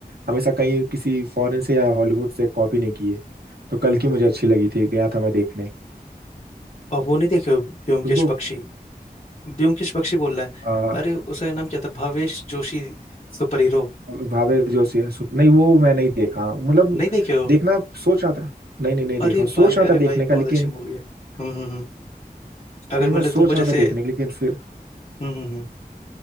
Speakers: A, on the right; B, on the left.
A: हमेशा कहीं किसी फॉरेन से या हॉलीवुड से कॉपी नहीं किए तो कल
B: हम्म,
A: की
B: हम्म।
A: मुझे अच्छी लगी थी गया था मैं देखने
B: और वो नहीं देखे हो ब्योमकेश
A: तुमको
B: बख्शी ब्योमकेश बख्शी बोल रहा है
A: आ,
B: अरे उसका नाम क्या था भावेश जोशी सुपर हीरो
A: भावे जोशी है, सुप- नहीं वो मैं नहीं देखा मतलब
B: नहीं देखे हो
A: देखना सोच रहा था नहीं नहीं नहीं
B: अरे
A: देखा सोच
B: भाई
A: रहा
B: अरे
A: था देखने
B: भाई
A: का
B: बहुत
A: लेकिन
B: अच्छी मूवी है हम्म हम्म हम्म। अगर
A: नहीं मैं
B: मतलब
A: सोच
B: तुमको जैसे
A: रहा था देखने का लेकिन फिर
B: हम्म हम्म हम्म।